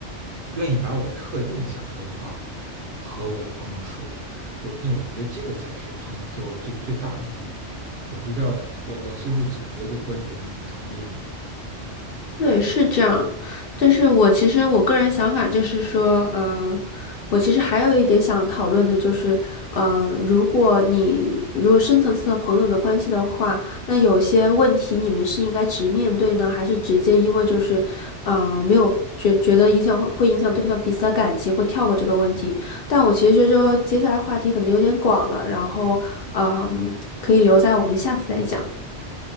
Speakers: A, on the right (about 55°); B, on the left (about 60°).
A: 愿意把我特定想说的话和我的朋友说，我因为我觉得这个才是朋友对我最最大的意义。我不知道我我最后总结这观点，你你同意吗？
B: 对，是这样，但是我其实我个人想法就是说，呃，我其实还有一点想讨论的就是，呃，如果你如果深层次的朋友的关系的话，那有些问题你们是应该直面对呢，还是直接因为就是，呃，没有觉觉得影响会会影响对方彼此的感情，会跳过这个问题？但我其实觉得这个接下来话题可能有点广了，然后，嗯、可以留在我们下次再讲。